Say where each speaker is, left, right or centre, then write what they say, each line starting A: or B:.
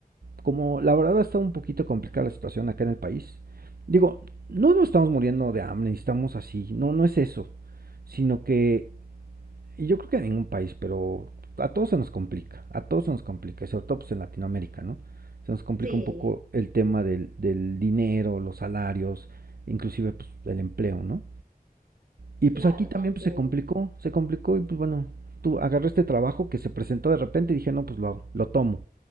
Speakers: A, on the right (about 80°); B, on the right (about 60°).
A: como la verdad está un poquito complicada la situación acá en el país, digo, no nos estamos muriendo de hambre, estamos así, no, no es eso, sino que, y yo creo que en ningún país, pero a todos se nos complica, a todos se nos complica, sobre todo pues en Latinoamérica, ¿no? Se nos complica
B: Sí,
A: un poco el tema del, del dinero, los salarios, inclusive pues, el empleo, ¿no? Y
B: claro,
A: pues aquí también
B: te entiendo.
A: pues, se complicó, se complicó y pues bueno, tú agarré este trabajo que se presentó de repente y dije, no, pues lo, hago, lo tomo